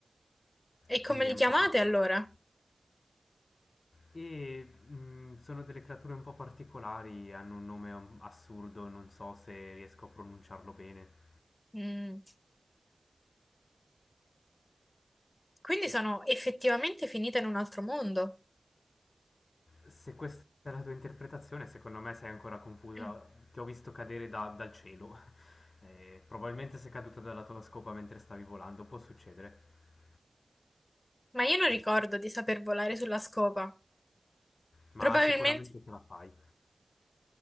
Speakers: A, on the left; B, on the left.
A: E come
B: quindi
A: li
B: è un
A: chiamate
B: po' particolare.
A: allora?
B: E mh, sono delle creature un po' particolari, hanno un nome um, assurdo, non so se riesco a pronunciarlo bene.
A: Mm. Quindi sono effettivamente finita in un altro mondo.
B: Se questa è la tua interpretazione, secondo me sei ancora confusa.
A: Mm.
B: Ti ho visto cadere da- dal cielo. <laughs> Eh, probabilmente sei caduta dalla tua scopa mentre stavi volando, può succedere,
A: Ma io non ricordo di saper volare sulla scopa.
B: ma
A: Probabilmente,
B: sicuramente ce la fai.